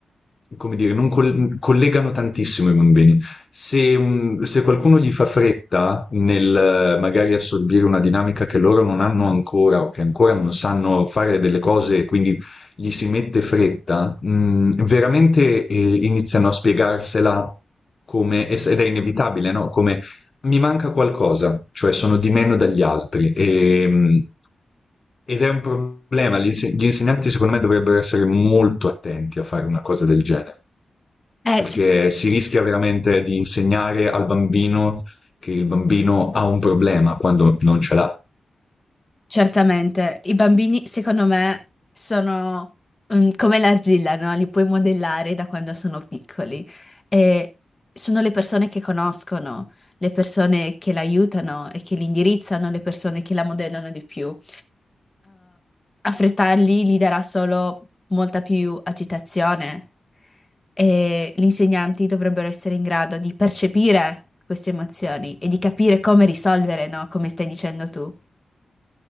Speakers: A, on the left; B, on the left.
A: come dire, non col- collegano tantissimo i bambini. Se, un- se qualcuno gli fa fretta nel eh, magari assorbire una dinamica che loro non hanno ancora o che ancora non sanno fare delle cose, quindi gli si mette fretta, mh, veramente eh, iniziano a spiegarsela come, ed è inevitabile, no? Come mi manca qualcosa, cioè sono di meno dagli altri e, mh, ed è un problema. Gli, inse- gli insegnanti secondo me dovrebbero essere molto attenti a fare una cosa del genere,
B: Eh,
A: perché
B: cioè,
A: si rischia veramente di insegnare al bambino che il bambino ha un problema quando non ce l'ha.
B: Certamente, i bambini secondo me sono mm, come l'argilla, no? Li puoi modellare da quando sono piccoli e sono le persone che conoscono, le persone che l'aiutano e che li indirizzano, le persone che la modellano di più. Uh, affrettarli gli darà solo molta più agitazione e gli insegnanti dovrebbero essere in grado di percepire queste emozioni e di capire come risolvere, no? Come stai dicendo tu.